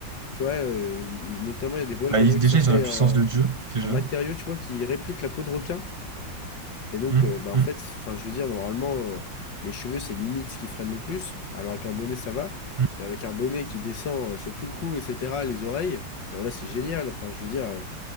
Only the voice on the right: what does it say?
Bah,
ils-
déjà,
ils
ont la puissance
de Dieu, déjà.
Hum,
hum,
hum.